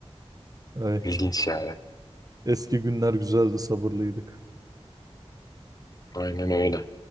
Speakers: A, on the right; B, on the left.
A: Ay,
B: İlginç yani.
A: eski günler güzeldi, sabırlıydık.
B: Aynen öyle.